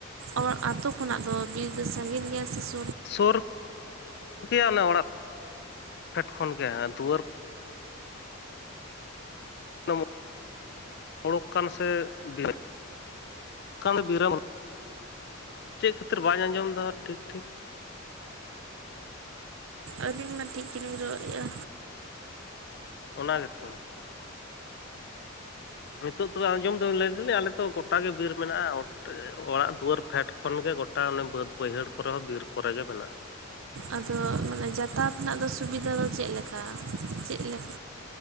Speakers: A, on the right; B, on the left.
A: ᱚ ᱟᱛᱳ ᱠᱷᱚᱱᱟᱜ ᱫᱚ ᱵᱤᱨ ᱫᱚ ᱥᱟᱺᱜᱤᱧ ᱜᱮᱭᱟ ᱥᱮ ᱥᱩ
B: ᱥᱩᱨ ᱜᱮᱭᱟ ᱚᱱᱮ ᱚᱲᱟᱜ ᱯᱷᱮᱰ ᱠᱷᱚᱱᱜᱮ ᱫᱩᱣᱟᱹᱨ ᱱᱚᱢᱚ ᱦᱳᱲᱳᱜ ᱠᱟᱱ ᱥᱮ <unintelligible> ᱠᱟᱱ ᱵᱤᱨᱟᱹᱢ, ᱪᱮᱫ ᱠᱷᱟᱹᱛᱤᱨ ᱵᱟᱹᱧ ᱟᱸᱡᱚᱢᱫᱟ ᱴᱷᱤᱠ ᱴᱷᱤᱠ?
A: ᱟᱹᱞᱤᱧ ᱢᱟ ᱴᱷᱤᱠ ᱜᱮᱞᱤᱧ ᱨᱚᱜ ᱮᱜ-ᱟ᱾
B: ᱚᱱᱟ ᱜᱮᱛᱚ᱾ ᱱᱤᱛᱚᱜ ᱛᱚᱵᱮ ᱟᱸᱡᱚᱢ ᱫᱟ ᱞᱟᱹᱭ ᱫᱟᱞᱤᱧ ᱟᱞᱮᱛᱚ ᱜᱚᱴᱟᱜ ᱜᱮ ᱵᱤᱨ ᱢᱮᱱᱟᱜ-ᱟ ᱚᱲᱟᱜ ᱫᱩᱣᱟᱹᱨ᱾ ᱯᱷᱮᱰ ᱠᱷᱚᱱᱜ ᱜᱮ ᱜᱚᱴᱟ ᱚᱱᱮ ᱵᱟᱹᱫᱽ ᱵᱟᱹᱭᱦᱟᱹᱲ ᱠᱚᱨᱮ ᱦᱚᱸ ᱵᱤᱨ ᱠᱚᱨᱮ ᱜᱮ ᱢᱮᱱᱟᱜ-ᱟ᱾
A: ᱟᱫᱚ ᱢᱟᱱᱮ ᱡᱟᱛᱟᱭᱟᱛ ᱨᱮᱱᱟᱜ ᱫᱚ ᱥᱩᱵᱤᱫᱷᱟ ᱫᱚ ᱪᱮᱫ ᱞᱮᱠᱟ? ᱪᱮᱫ ᱞᱮ